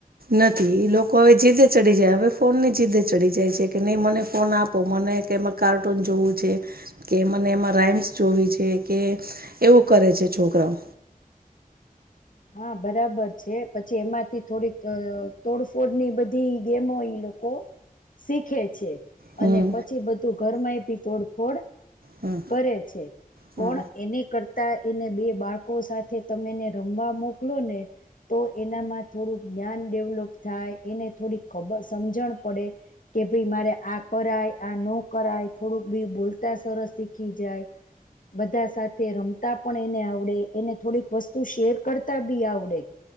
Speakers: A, on the right (about 85°); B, on the left (about 60°).
A: નથી, લોકો હવે જીદે ચડી જાય હવે ફોન ની જીદે ચડી જાય છે કે નહી મને ફોન આપો મને કાર્ટૂન જોવું છે, કે મને એમાં રાઈમ્સ જો છે કે એવું કરે. જે છોકરાઓ.
B: હા બરાબર છે પછી એમાંથી થોડીક તોડફોડ ની બધી ગેમો લોકો શીખે છે,
A: હમ
B: અને પછી બધું ઘરમાં ભી તોડફોડ
A: હમ
B: કરે છે,
A: હમ
B: પણ એને કરતા એને બે બાળકો સાથે તમેને ર વા મોકલો ને તો એનામાં થોડુંક જ્ઞાન ડેવલોપ થાય એને થોડીક ખબર સમજણ પડે કે ભઈ મારે આ કરાય આ ન કરાય થોડુંક બી બોલતા સરસ શીખી જાય. બધા સાથે રમતા પણ એને આવડે એને થોડીક વસ્તુ શેર કરતા બી આવડે